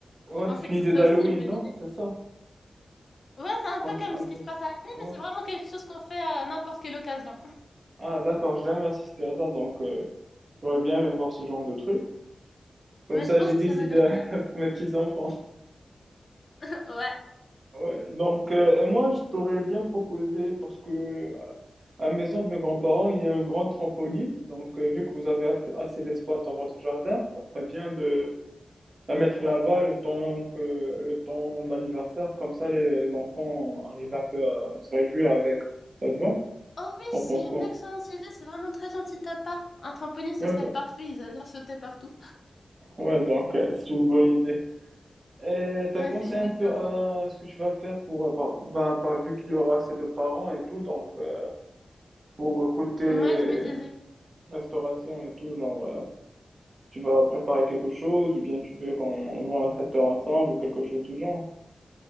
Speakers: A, on the right; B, on the left.
A: ouais,
B: Je pensais
A: c'est
B: que
A: une
B: ce
A: idée
B: serait
A: d'Halloween,
B: aussi une bonne
A: non?
B: idée.
A: C'est ça.
B: Ouais, c'est un
A: On,
B: peu comme
A: on
B: ce
A: fait...
B: qui se passe à la main,
A: ouais.
B: mais c'est vraiment quelque chose qu'on fait à n'importe quelle occasion.
A: Ah, d'accord, j'ai jamais assisté à ça, donc euh, j'aurais bien aimé voir ce genre de truc. Comme
B: Ouais,
A: ça,
B: je pense
A: j'ai des
B: que ça va
A: idées
B: leur plaire.
A: <laughs> pour mes petits-enfants.
B: <laughs> Ouais.
A: Ouais, donc, euh, et moi, je t'aurais bien proposé, parce que euh, à la maison de mes grands-parents, il y a un grand trampoline. Donc, euh, vu que vous avez aff- assez d'espace dans votre jardin, ça serait bien de la mettre là-bas le temps que, le temps de l'anniversaire. Comme ça, les enfants arrivent un peu à se réjouir avec. Ça te va?
B: Oh oui,
A: On
B: c'est
A: pense
B: une
A: quoi?
B: excellente idée, c'est vraiment très gentil de ta part. Un trampoline, ce
A: Ouais,
B: serait
A: bah,
B: parfait, ils adorent sauter partout.
A: ouais, donc, euh, c'est une bonne idée. Et t'as
B: Ouais,
A: pensé
B: c'est une
A: un
B: excellente
A: peu à
B: idée.
A: ce que tu vas faire pour, euh, par, ben, par- vu qu'il y aura assez de parents et tout, donc euh, pour euh, côté
B: Moi, je me disais.
A: restauration et tout, genre, euh, tu vas préparer quelque chose ou bien tu veux qu'on voit un traiteur ensemble ou quelque chose du genre.